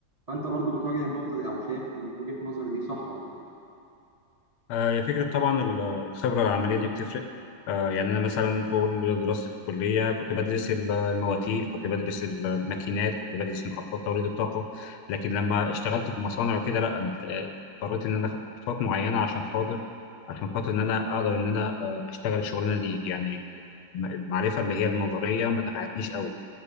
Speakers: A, on the right; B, on the left.
A: فانت برضو بتواجه النقطة دي او شايف من وجهة نظري دي صح ولا ايه؟
B: آه، هي فكرة طبعا ال- الخبرة العملية دي بتفرق آه، يعني أنا مثلا طول دراستي في الكلية كنت بدرس ال- المواتير كنت بدرس الماكينات كنت بدرس محطات توليد الطاقة لكن لما اشتغلت في مصانع وكده لا أنا محت- اضطريت إن أنا آخد كورسات معينة عشان خاطر عشان خاطر إن أنا أقدر إن أنا آه، أشتغل الشغلانة دي يعني الم- المعرفة اللي هي النظرية ما نفعتنيش قوي